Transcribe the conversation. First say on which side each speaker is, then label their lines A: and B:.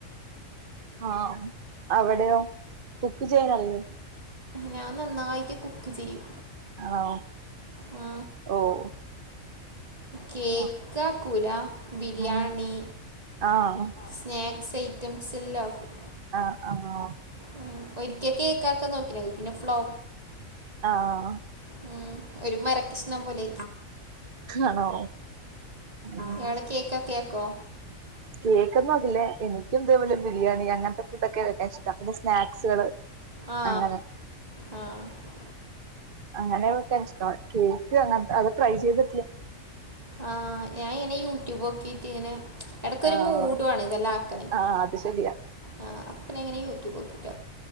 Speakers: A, on the right; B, on the right.
A: ആഹ് അവിടെയോ കുക്ക് ചെയ്യാൻ അറിയോ
B: ഞാൻ നന്നായിട്ട് കുക്ക് ചെയ്യും.
A: <unintelligible>
B: ആ
A: ഓഹ്
B: കേക്കാക്കുല
A: ആ
B: ബിരിയാണി.
A: ആഹ് ആഹ്
B: സ്നേക്സ് ഐറ്റംസ് എല്ലാക്കും.
A: ആഹ് ആഹ്
B: ഉം ഒരിക്കേ കേക്കാക്കാൻ നോക്കിനി പിന്നെ ഫ്ലോ
A: ആഹ്
B: ഉം ഒരു മരക്ഷ്ണം പോലെ
A: ആണോ ഉം
B: ഇയാള് കേക്ക കേക്കോ?
A: കേക്കൊന്നും ആക്കില്ലേ എനിക്കും ഇതേ പോലെ ബിരിയാണി അങ്ങൻത്തെ ഫുഡൊക്കെ നല്ല ടേസ്റ്റ പിന്നെ സ്നാക്സുകള്
B: ആ
A: അങ്ങനെ
B: അതെ
A: അങ്ങനൊയൊക്കെ ഇഷ്ട കേക്ക് അങ്ങൻ അത് ട്രൈ ചെയ്തിട്ടില്ല.
B: ആഹ് ഞൻ ഇങ്ങനെ യൂട്യൂബ് നോക്കീട്ട് ഇങ്ങനെ എടയ്ക്ക് ഒരു
A: ആഹ്
B: മൂഡ് വേണം ഇതെല്ലാം ആക്കാൻ
A: ആഹ് അത് ശരിയാ
B: ആ അപ്പ ഞാ ങ്ങനെ യൂറ്റൂബ് നോക്കി ട്ട